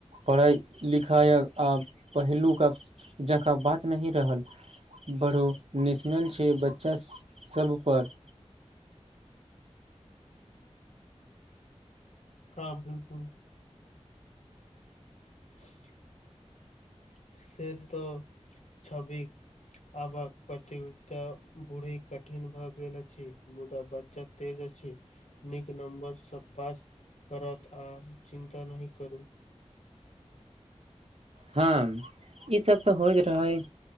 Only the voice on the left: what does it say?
हँ बिलकुल <unintelligible> से तऽ छवि आबक प्रतियोगिता बूड़ी कठिन भऽ गेल अछि मुदा बच्चा तेज अछि नीक नम्बर सऽ पास करत आ चिन्ता नहि करु